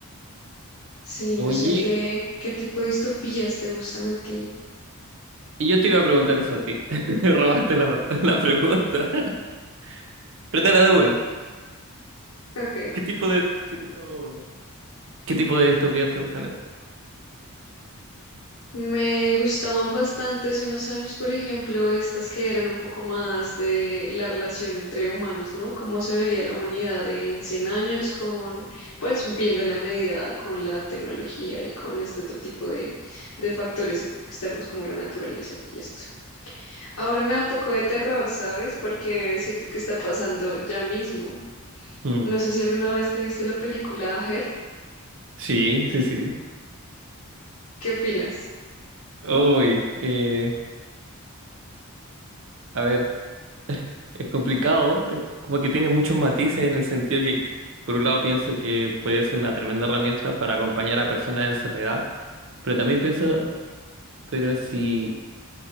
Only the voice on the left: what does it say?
Sí, no
sé qué, qué tipo de distopías te gustan a ti.
Ok.
Me gustaban bastante hace unos años, por ejemplo, estas que eran un poco más de la relación entre humanos, ¿no? Cómo se vería la humanidad en 100 años con, pues, viendo la medida con la tecnología y con este otro tipo de, de factores externos como la naturaleza y esto. Ahora me da un poco de terror, ¿sabes? Porque siento que está pasando ya mismo.
No sé si alguna vez te viste la película Her.
¿Qué opinas?